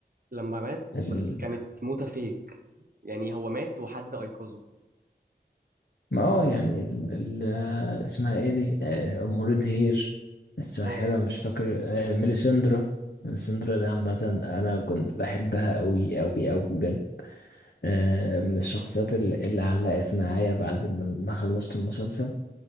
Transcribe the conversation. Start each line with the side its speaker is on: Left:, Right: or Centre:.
Right: لما مات
Left: آه.
Right: بس كانت موتة فيك يعني هو مات وحد أيقظه
Left: ما اه يعني ال ال اسمها ايه دي آه، ام ريدهير الساحرة
Right: اه
Left: مش فاكر آه، ميليسندرا ميليسندرا ده عامة انا كنت بحبها قوي قوي قوي بجد آه، من الشخصيات اللي, اللي علقت معايا بعد ما ما خلصت المسلسل